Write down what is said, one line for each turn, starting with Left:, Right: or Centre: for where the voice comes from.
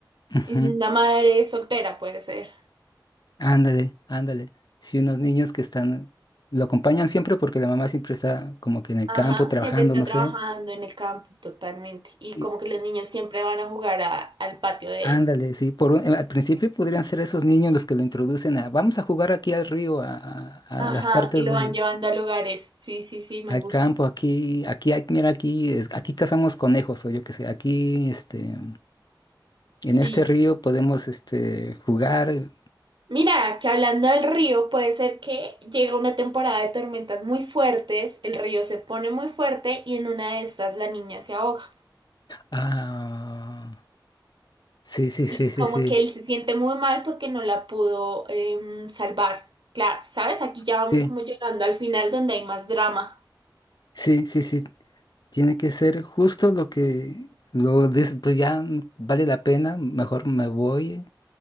Left: Ujú.
Right: Y una madre soltera puede ser.
Left: Ándale, ándale. Sí, unos niños que están, lo acompañan siempre porque la mamá siempre está como que en el
Right: Ajá,
Left: campo trabajando,
Right: siempre está
Left: no
Right: trabajando
Left: sé.
Right: en el campo totalmente. Y
Left: Y
Right: como que los niños siempre van a jugar a- al patio de
Left: ándale,
Right: él.
Left: sí, por un- al principio podrían ser esos niños los que lo introducen a, vamos a jugar aquí al río, a, a-
Right: Ajá,
Left: a las partes
Right: y lo
Left: de,
Right: van llevando a lugares. Sí, sí, sí, me
Left: al
Right: gusta.
Left: campo, aquí, aquí, hay- mira, aquí, es- aquí cazamos conejos o yo qué sé, aquí, este, en
Right: Sí.
Left: este río podemos, este, jugar.
Right: Mira, que hablando del río, puede ser que llega una temporada de tormentas muy fuertes, el río se pone muy fuerte y en una de estas la niña se ahoga.
Left: Ah, sí, sí, sí,
Right: Y
Left: sí,
Right: como
Left: sí,
Right: que él se siente muy mal porque no la pudo em, salvar. Claro, ¿sabes? Aquí ya
Left: sí,
Right: vamos como llegando al final donde hay más drama.
Left: sí, sí, sí. Tiene que ser justo lo que lo dice, pues ya mm, vale la pena, mejor me voy.